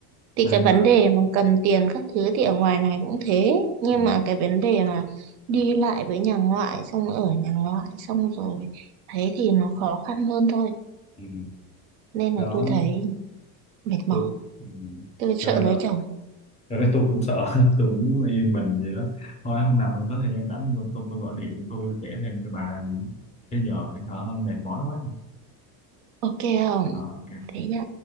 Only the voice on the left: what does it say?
Cho
nên
là
ừ.
Ừ.
đó
được. Ừ.
Cho nên
là
Rồi cái tôi cũng sợ <laughs> tôi cũng muốn yên bình vậy đó thôi hôm nào mình có thời gian rảnh tôi, tôi, tôi gọi điện tôi kể thêm cho bà chứ giờ hả mệt mỏi quá
Ờ, ok